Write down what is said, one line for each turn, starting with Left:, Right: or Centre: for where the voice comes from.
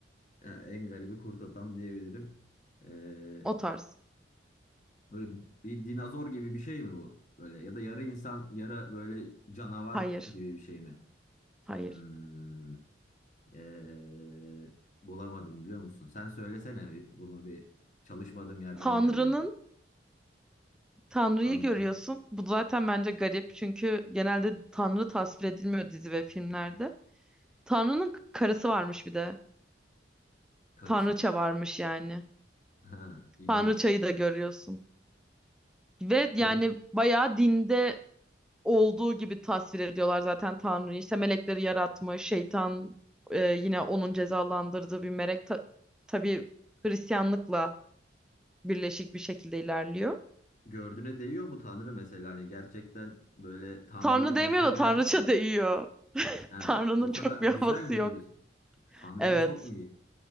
Left: Ha, en garibi kurt adam diyebilirim. Ee,
Centre: O tarz.
Left: böyle bir, bir dinozor gibi bir şey mi bu? Böyle ya da yarı insan, yarı böyle canavar
Centre: Hayır.
Left: gibi bir şey mi?
Centre: Hayır.
Left: Hmm, ee, bulamadım biliyor musun? Sen söylesene bir- bunu bir çalışmadığım yerden
Centre: Tanrı'nın
Left: geldi bu.
Centre: Tanrı'yı
Left: Tanrı'nın
Centre: görüyorsun. Bu zaten bence garip çünkü genelde Tanrı tasvir edilmiyor dizi ve filmlerde. Tanrı'nın k- karısı varmış bir de.
Left: karısı.
Centre: Tanrıça varmış yani.
Left: Ha, ilginç.
Centre: Tanrıçayı da görüyorsun. Ve yani
Left: Peki
Centre: bayağı dinde olduğu gibi tasvir ediyorlar zaten Tanrı'yı. İşte melekleri yaratmış, şeytan e, yine onun cezalandırdığı bir melek. Ta- tabii Hristiyanlıkla birleşik bir şekilde ilerliyor.
Left: gördüğüne değiyor mu Tanrı mesela hani gerçekten böyle Tanrı'yı
Centre: Tanrı demiyor
Left: başarılı
Centre: da Tanrıça
Left: yapmış mı?
Centre: değiyor. <laughs>
Left: Ha,
Centre: Tanrı'nın
Left: o kadar
Centre: çok bir
Left: güzel
Centre: havası
Left: mi
Centre: yok.
Left: diyorsun? Tanrıça
Centre: Evet.
Left: çok mu iyi?